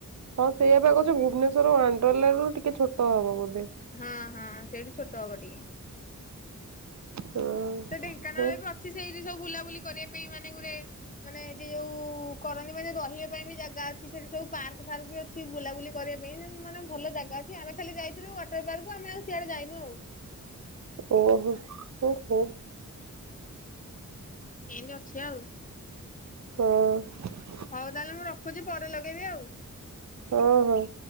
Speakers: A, on the right (about 55°); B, on the left (about 25°).
A: ହଁ ସେଇପା କଉଚି ଭୁବନେଶ୍ଵର ୱଣ୍ଡର୍ଲରୁ ଟିକେ ଛୋଟ ହବ ବୋଧେ।
B: ହଁ ହଁ ସେଇଠି ଛୋଟ ହବ ଟିକେ।
A: ହଁ।
B: ତ ଢେଙ୍କାନାଳବି
A: ଓ
B: ଅଛି ସେଇରେ ସବୁ ବୁଲାବୁଲି କରିବା ପାଇଁ ମାନେ ଗୋଟେ ମାନେ ଏଠି ଯୋଉ କରନ୍ତି ମାନେ ରହିବା ପାଇଁବି ଜାଗା ଅଛି ସେଠି ସବୁ ପାର୍କ ଫାର୍କବି ଅ କିଛି ବୁଲାବୁଲି କରିବା ପାଇଁ ମାନେ ଭଲ ଜାଗା ଅଛି ଆମେ ଖାଲି ଯାଇଥିଲୁ ୱାଟର ପାର୍କକୁ ଆଉ ସିଆଡ଼େ ଯାଇନୁ ଆଉ।
A: ଓହୋ ହୋ ହୋ।
B: ଏମିତି ଅଛି ଆଉ।
A: ହୁଁ।
B: ହଉ ତାହେଲେ ମୁଁ ରଖୁଚି ପରେ ଲଗେଇବି ଆଉ।
A: ହଁ ହଁ।